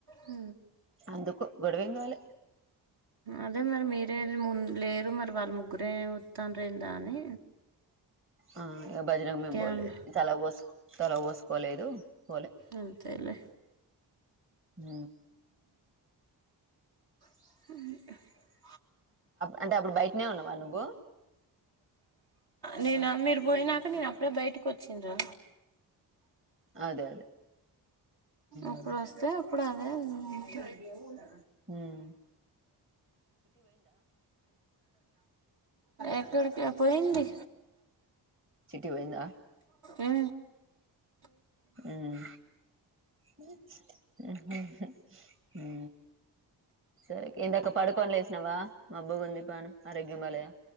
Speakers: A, on the right (about 60°); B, on the right (about 30°).
A: అ
B: అందుకు గొడవ కావాలి
A: అదే మరి మీరేది ముందు లేరు మరి వాళ్ళ ముగ్గురే వస్తారే దాని
B: ఆ ఇక భజనంగం మేం పోలేదు
A: అన్న
B: చల పోసు తల పోసుకోలేదు పోలే
A: అంతలోే
B: ఉ
A: అ
B: అంటే అప్పుడు బయటనే ఉన్నావా నువ్వు
A: ననా మీరు పోనా ఇ నేను అప్పుడే బయటకు వచ్చింది్రా
B: అదే అదే
A: అప్పుడు
B: మ్
A: వస్తే అప్పుడు అదే ఎమునా
B: మ్మ్
A: ఎక్కడికి పోయింది
B: చిట్టి పోయిందా
A: మ్మ్ హ్
B: మ్మ్ హు హు సరే ఇందాక పడుకొని లేసినావా మాబ్బుగుంది పానం ఆరోగ్యం బాలేదా